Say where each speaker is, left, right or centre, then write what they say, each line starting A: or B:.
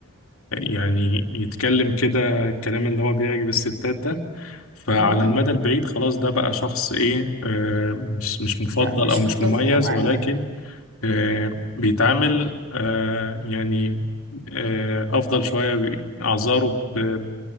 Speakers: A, on the left; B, on the right.
A: يعني يتكلم كده الكلام اللي هو بيعجب الستات ده فعلى
B: مم.
A: المدى البعيد خلاص ده بقى شخص ايه آه مش مش مفضل
B: لا مش
A: او مش
B: متفقة
A: مميز
B: معاك
A: ولكن
B: لا
A: آه بيتعامل آه يعني آه افضل شوية بي- اعذاره بت-